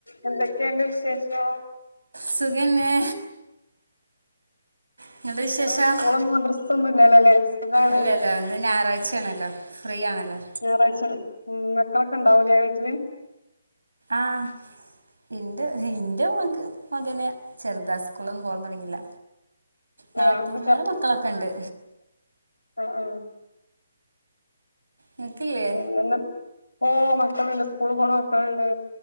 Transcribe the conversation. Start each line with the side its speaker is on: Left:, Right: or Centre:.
Left: എന്തൊക്കേണ്ട് വിശേഷം.
Right: സുഖന്നേ. ഇങ്ങൾത് വിശേഷം.
Left: ഇന്ന് സ്കൂളും മദ്രസ ഒന്നും ഇല്ലല്ലോല്ലേ സുഖാണ്
Right: ഇല്ലല്ല ഇന്ന് ഞായറാഴ്ചയാണല്ലോ. ഫ്രീ ആണല്ലോ.
Left: ഞായറാഴ്ചണ്. ഉം മക്കളൊക്കെ ണ്ടാവു ലെ വീട്ടില്.
Right: ആഹ് ഇണ്ട് ഇന്റെമോൻക്ക് മകന് ചെറ്താ സ്കൂളൊന്നും പോകാൻതുടങ്ങിയില്ല നാത്തൂമാര
Left: ഏ ഒക്കെ
Right: മക്കളൊക്കെണ്ട്
Left: ആഹ് ആഹ്
Right: നിങ്ങക്കില്ലേ
Left: പിന്നെന്താ ഓ മക്കള്ണ്ട് സ്കൂള്പോണ മക്കളുണ്ട്